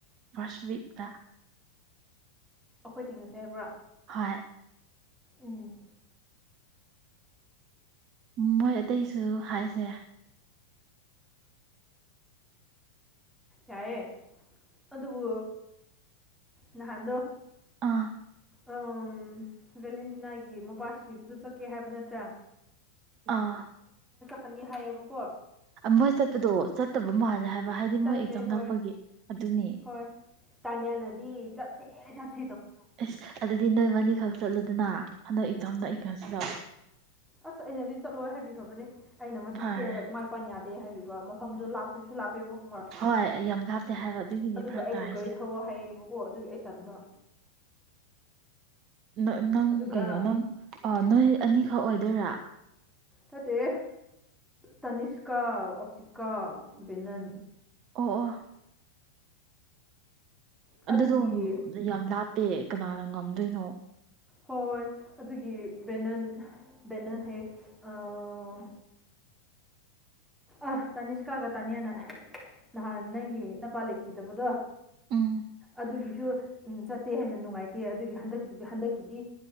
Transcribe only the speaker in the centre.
ꯑꯩꯈꯣꯏ ꯊꯦꯡꯅꯖꯦ ꯍꯥꯏꯕ꯭ꯔꯥ
ꯎꯝ
ꯌꯥꯏꯌꯦ ꯑꯗꯨꯕꯨ ꯅꯍꯥꯟꯗꯣ
ꯑꯥ ꯚꯦꯂꯦꯟꯇꯤꯅꯥꯒꯤ ꯃꯄꯥꯁꯤꯕꯗꯨ ꯆꯠꯀꯦ ꯍꯥꯏꯕ ꯅꯠꯇ꯭ꯔꯥ
ꯀꯅꯤ ꯍꯥꯏꯌꯦꯕꯨ
ꯆꯠꯇ꯭ꯔꯦ
ꯍꯣꯏ
ꯍꯣꯏ ꯇꯥꯅꯤꯌꯥꯅꯗꯤ ꯆꯠꯦ ꯆꯦ
ꯑꯁ ꯑꯩꯅꯗꯤ ꯆꯠꯂꯣꯏ ꯍꯥꯏꯕꯤꯈ꯭ꯔꯕꯅꯦ ꯑꯩꯅ ꯃꯆꯤꯟ
ꯊꯤꯔꯒ ꯏꯃꯥ ꯏꯄꯥꯥꯅ ꯌꯥꯗꯦ ꯍꯥꯏꯕꯤꯕ ꯃꯐꯝꯗꯣ ꯂꯥꯞꯄꯁꯤꯁꯨ ꯂꯥꯞꯄꯦꯕ ꯈꯪꯕꯔ
ꯑꯗꯨꯒ
ꯑꯩꯕꯨ
ꯒꯥꯔꯤ ꯊꯧꯑꯣ ꯍꯥꯏꯌꯦꯕ ꯍꯣ ꯑꯗꯨꯒꯤ ꯑꯩ ꯇꯟꯕ
ꯑꯗꯨꯒ
ꯅꯠꯇꯦ ꯍꯦ ꯇꯅꯤꯁꯀꯥ ꯑꯣꯞꯇꯤꯀꯥ ꯕꯦꯅꯟ
ꯑꯗꯨꯒꯤ
ꯍꯣꯏ ꯑꯗꯨꯒꯤ ꯕꯦꯅꯟ ꯕꯦꯅꯟ ꯍꯦꯛ ꯑꯥ ꯑ ꯇꯥꯅꯤꯁꯀꯥꯒ ꯇꯥꯅꯤꯌꯥꯅ ꯅꯍꯥꯟ ꯅꯪꯒꯤ ꯅꯄꯥ ꯂꯩꯈꯤꯗꯕꯗꯣ
ꯑꯗꯨꯒꯤꯁꯨ ꯆꯠꯇꯦ ꯍꯥꯏꯅ ꯅꯨꯡꯉꯥꯏꯇꯦ ꯑꯗꯨꯒꯤ ꯍꯟꯗꯛꯀꯤ ꯍꯟꯗꯛꯀꯤꯗꯤ